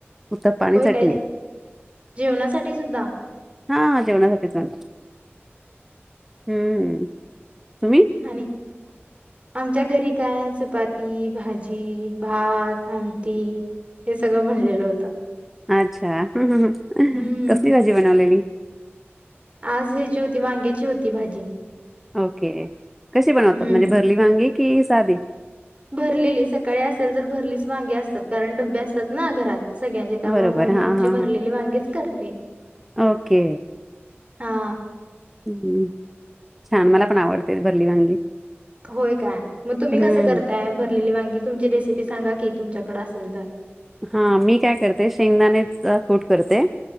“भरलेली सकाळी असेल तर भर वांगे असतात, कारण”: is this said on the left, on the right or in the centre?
Right